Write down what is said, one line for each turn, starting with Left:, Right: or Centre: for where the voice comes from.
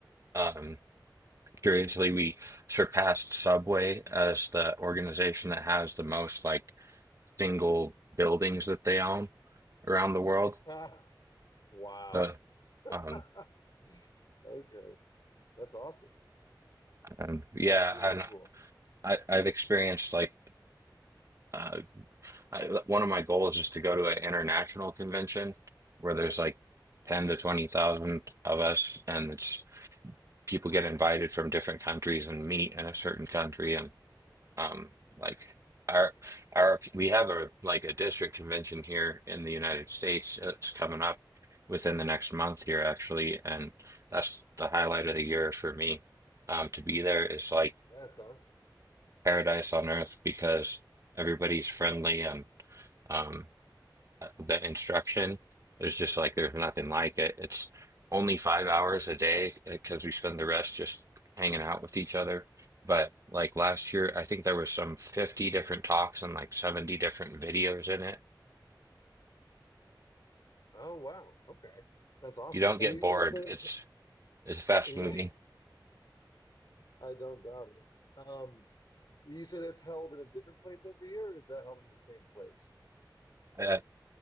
Right: Um, Curiously, we surpassed Subway as the organization that has the most like single buildings that they own around the world.
Left: Ah, wow.
Right: So,
Left: <laughs>
Right: um,
Left: Okay, that's awesome.
Right: um, yeah,
Left: That's really
Right: and
Left: cool.
Right: I, I've experienced like uh, I, one of my goals is to go to an international convention where there's like 10 to 20,000 of us, and it's people get invited from different countries and meet in a certain country. and. Um, like our our we have a like a district convention here in the United States. uh, It's coming up within the next month here actually, and that's the highlight of the year for me. Um, to be there is like
Left: That's awesome.
Right: paradise on earth because everybody's friendly and um the instruction. There's just like there's nothing like it. It's only five hours a day because we spend the rest just hanging out with each other. But like last year, I think there was some 50 different talks and like 70 different videos in it.
Left: Oh wow. Okay, that's awesome.
Right: You don't
Left: And
Right: get
Left: you,
Right: bored.
Left: did you say that's?
Right: It's it's fast
Left: Yeah,
Right: moving.
Left: I don't doubt it. Um, you say that's held in a different place every year, or is that held in the same place?
Right: Uh,